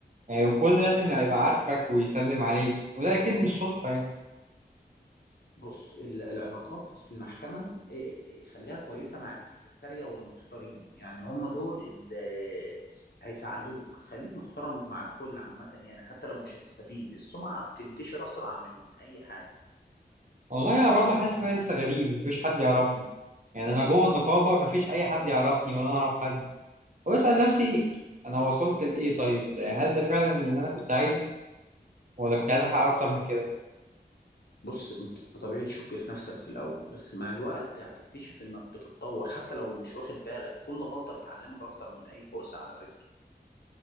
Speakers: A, on the right; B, on the left.
A: يعني وكل لازم يعني يبقى عارفك ويسلم عليك وده اكيد مش صدفة يعني
B: بص ال- العلاقات في المحكمة إيه، خليها كويسة مع السكرتارية والمحضرين يعني هم دول اللي هيساعدوك خليك محترم مع الكل عامة يعني حتى لو مش هتستفيد السمعة بتنتشر أسرع من أي حاجة
A: والله انا برضو حاسس ان انا لسه غريب مفيش حد يعرفني يعني انا جوه النقابة مفيش اي حد يعرفني ولا انا اعرف حد واسأل نفسي انا وصلت لايه طيب هل ده فعلا اللي انا كنت عايزه ولا كنت عايز احقق اكتر من كده
B: بص انت طبيعي تشك في نفسك في الأول بس مع الوقت هتكتشف انك بتتطور حتى لو مش واخد بالك كل غلطة بتعلمك أكتر من أي كورس على فكرة